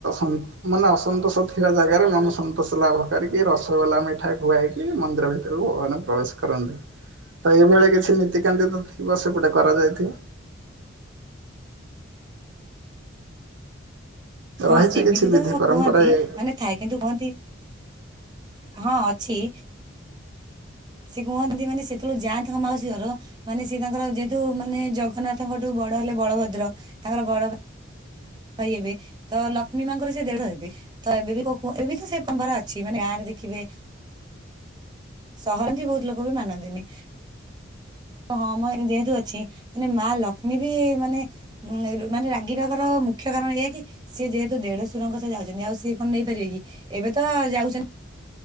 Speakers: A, on the right; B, on the right.
A: <unintelligible> ମାନେ ଅସନ୍ତୋଷ ଥିବା ଜାଗାରେ ମନ ସନ୍ତୋଷ ଲାଭ କରିକି ରସଗୋଲା ମିଠା ଖୁଆ ମନ୍ଦିର ଭିତରକୁ ଭଗବାନ ପ୍ରବେଶ କରନ୍ତି। ତ ଏଇଭଳିଆ କିଛି ନୀତିକାନ୍ତି ତ ଥିବ ସେ ଗୁଟେ କରାଯାଇଥିବ।
B: ହଁ
A: ରହିଛି
B: ସେମିତି
A: କିଛି
B: ତ
A: ବିଧି ପରମ୍ପରା
B: କୁହନ୍ତି
A: ଏ
B: ମାନେ ଥାଏ କିନ୍ତୁ କୁହନ୍ତି ହଁ ଅଛି। ସେ କୁହନ୍ତି ମାନେ ଯେତେବେଳେ ଯାଆନ୍ତି ତାଙ୍କ ମାଉସୀ ଘର ମାନେ ସେ ତାଙ୍କର ଯେହେତୁ ମାନେ ଜଗନ୍ନାଥଙ୍କଠୁ ବଡ ହେଲେ ବଳଭଦ୍ର ତାଙ୍କର ବଡ ଭାଇ ହେବେ ତ ଲକ୍ଷ୍ମୀ ମାଙ୍କର ସେ ଦେଢ ହେବେ। ତ ଏବେ ବି ଏବେ ବି ସେ ପରମ୍ପରା ଅଛି ମାନେ ଗାଁରେ ଦେଖିବେ। ସହରରେ ବି ବହୁତ ଲୋକ ବି ମାନନ୍ତିନି। ହଁ ମଁ ଯେହେତୁ ଅଛି ମାନେ ମା ଲକ୍ଷ୍ମୀ ବି ମାନେ ଉଁ ମାନେ ରାଗିିବାର ମୁଖ୍ୟ କାରଣ ଏହାଇ କି ସିଏ ଯେହେତୁ ଦେଢ ସୁରଙ୍କ ସହ ଯାଉଛନ୍ତି ଆଉ ସିଏ କଣ ନେଇପାରିବେ କି ଏବେ ତ ଯାଉଛନ୍ତି